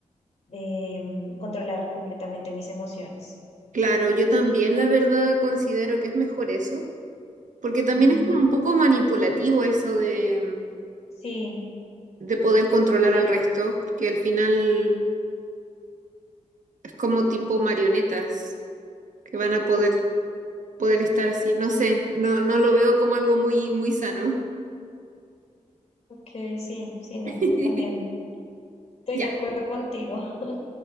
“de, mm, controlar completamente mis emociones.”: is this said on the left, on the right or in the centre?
Left